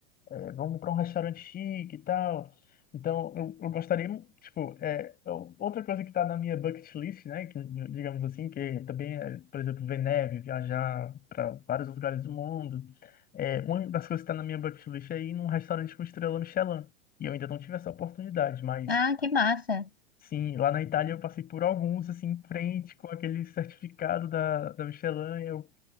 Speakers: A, on the left (about 30°); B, on the left (about 90°).
A: é, vamos para um restaurante chique e tal. Então, eu, eu gostaria, tipo, é, eu- outra coisa que está na minha bucket list, né, que, digamos assim, que também é, por exemplo, ver neve, viajar para vários lugares do mundo. É, uma das coisas que está na minha bucket list é ir num restaurante com estrela Michelin. E eu ainda não tive essa oportunidade, mas
B: Ah, que massa!
A: sim, lá na Itália eu passei por alguns, assim, em frente com aquele certificado da, da Michelin. E eu,